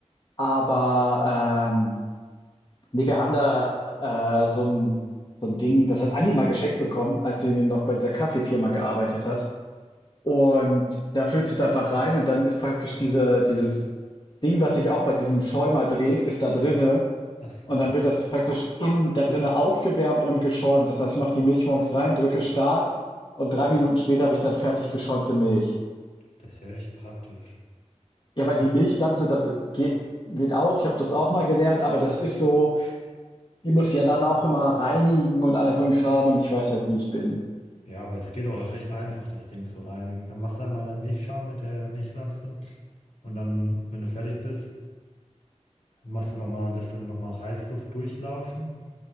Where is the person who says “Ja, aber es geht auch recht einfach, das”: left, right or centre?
Left